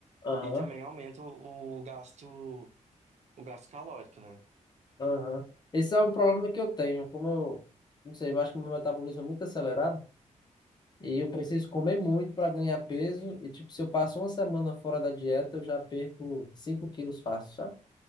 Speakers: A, on the left; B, on the right.
A: Aham,
B: e também aumenta o, o gasto, o gasto calórico, né?
A: aham. Esse é o problema que eu tenho. Como eu, não sei, eu acho que o meu metabolismo é muito acelerado e eu preciso comer muito para ganhar peso. E, tipo, se eu passo uma semana fora da dieta, eu já perco 5 quilos fácil, sabe?